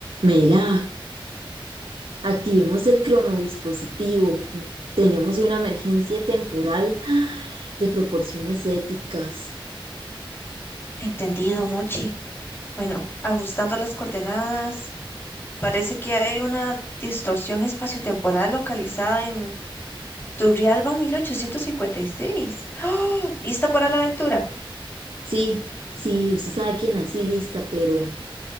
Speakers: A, on the right; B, on the left.
A: Mela, activemos el cronodispositivo. Tenemos una emergencia temporal de proporciones épicas.
B: Entendido, Mochi. Bueno, ajustando las coordenadas, parece que hay una distorsión espaciotemporal localizada en Turrialba 1856. ¡Ah! ¿Lista para la aventura?
A: Sí, sí, usted sabe que nací lista, pero,